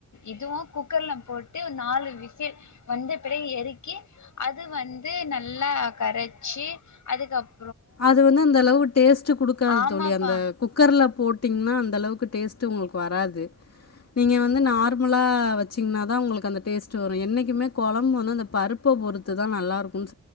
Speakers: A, on the left; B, on the left.
A: இதுவு குக் குக்கர்ல போட்டு நாலு விசில் வந்து படிய எறக்கி அது வந்து நல்லா கரச்சி அதுக்கப்
B: அது வந்து அந்த அளவு டேஸ்ட் குடுக்காது
A: ஆமாப்பா
B: தோழி அந்த குக்கர்லப் போட்டீங்னா அந்த அளவுக்கு டேஸ்ட்டு உங்ளுக்கு வராது. நீங்க வந்து நார்மலா வெச்சு ன்னா தாஉங்களுக்கு அந்த டேஸ்ட் வரோ என்னைக்குமே கொழம்பு வந்து அந்த பருப்ப பொறுத்து தா நல்லாருக்.